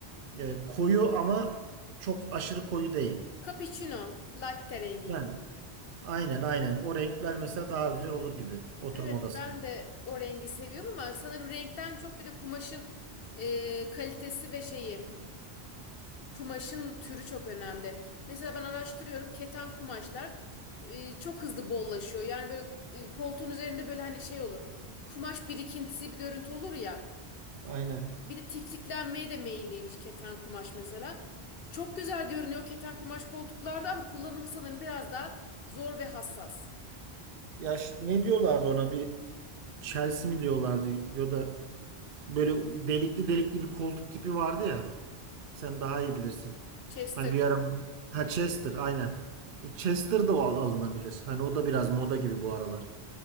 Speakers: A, on the right; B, on the left.
A: e, koyu ama çok aşırı koyu değil.
B: Cappuccino, latte rengi
A: Yani
B: gibi.
A: Aynen aynen. O renkler mesela daha güzel olur gibi oturma
B: Evet
A: odasına.
B: ben de o rengi seviyorum ama sanırım renkten çok bir de kumaşın e, kalitesi ve şeyi Kumaşın türü çok önemli. Mesela ben araştırıyorum keten kumaşlar e, çok hızlı bollaşıyor. Yani böyle e, koltuğun üzerinde böyle hani şey olur. Kumaş birikintisi bir görüntü olur ya.
A: Aynen.
B: Bir de tiftiklenmeye de meyilliymiş keten kumaş mesela. Çok güzel görünüyor keten kumaş koltuklarda ama kullanımı sanırım biraz daha zor ve hassas.
A: Ya ş- ne diyorlardı ona bir Chelsea mi diyorlardı ya da böyle delikli delikli bir koltuk tipi vardı ya. Sen daha iyi bilirsin.
B: Chester
A: Hani bir
B: mı?
A: ara ha Chester aynen. E, Chester da al- alınabilir. Hani o da biraz moda gibi bu aralar.